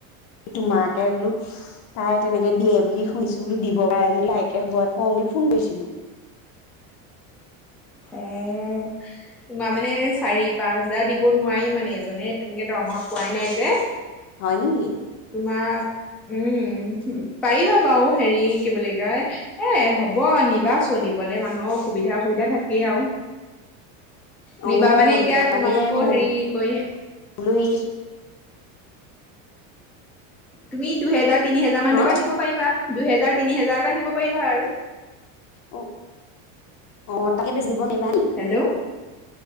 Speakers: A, on the left; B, in the centre.
A: তোমাকে বোলো তাই তেনেকে দিয়ে বুলি শুনিছো বোলো দিব পাৰে যদি আইকে শুব মই বুলি ফোন কৰিছিলো।
B: উম, তোমাৰ মানে চাৰি, পাঁচ হোজাৰ দিব নোৱাৰি মানে এইজনে তেনেকে দৰমহা পোৱাই নাই যে।
A: হয় নেকি
B: তোমাৰ উম। পাৰিবা বাৰু হেৰি কি বুলি কয় এ হ'ব নিবা চলিবলে মানুহৰ সুবিধা অসুবিধা থাক - কেই আও।
A: অ
B: নিবা মানে এতিয়া
A: সেইটো কাৰণে
B: তোমাক আকৌ
A: মই
B: হেৰি কৰি-
A: বোলো হেৰি
B: তুমি দুহেজাৰ- তিনি হেজাৰ মান
A: হা
B: টকা নিব পাৰিবা। দুহেজাৰ, তিনি হেজাৰ এটা নিব পাৰিবা আৰু।
A: অ অ তাতকে বেছি- দিব নোৱাৰিবা নি?
B: হেল্ল'